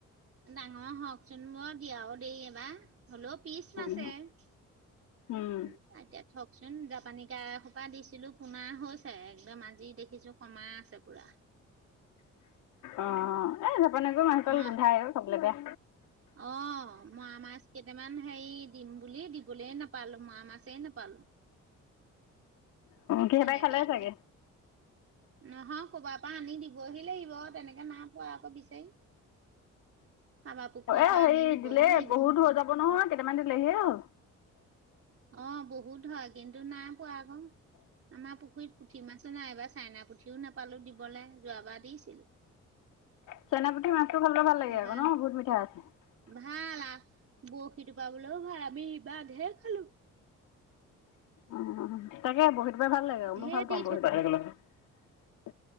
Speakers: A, on the right; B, on the left.
A: ডাঙৰ হওকচোন ব বিয়াও দেই এইবাৰ হলও পিছ
B: উম,
A: মাছে উ
B: উম,
A: এতিয়া থকচোন জাপানি কা এ সোপা দিছিলো পোনা হৈছে একদম আজি দেখিছো কমাই আছে পুৰা
B: অ এ জপ ন গৌ মাছ তল
A: মই
B: গোন্ধাই চাবলৈ বেয়া
A: অ মৰা মাছ কেইটামান হেৰি দিম বুলি দিবলৈ নাপালো মৰা মাছেই নাপালো
B: কিহবাই
A: তেনেকে
B: খালে
A: আনি,
B: চাগে
A: নহয় কবাৰ পৰা আনি দিবহি লাগিব তেনেকে নাই পোৱা আকৌ বিচাৰি কাৰোবাৰ পুখুৰীৰ
B: অঁ এই
A: পৰা আনি
B: হেৰি
A: দিবহি
B: দিলেই
A: লাগিব।
B: বহুত হৈ যাব নহয় কেইটামান দিলেহি হ'ল
A: অ বহুত হয় কিন্তু নাই পোৱা আকৌ আমাৰ পুখুৰীত পুঠি মাছো নাই এইবাৰ চাইনা পুঠিও নাপালো দিবলৈ যোৱাবাৰ দিছিলো
B: চেন পুঠি মাছটো খাবলৈ ভাল লাগে
A: এইবাৰ
B: আকৌ ন বহুত মিঠাই আছে
A: ভাল আ বৰশীটো পাবলৈও ভাল আমি বাদহে খালো
B: উ উ তাকে বহুত বাৰে ভাল লাগে আৰু
A: ঢেৰ
B: মই ভাল
A: দি
B: পাওঁ বহুত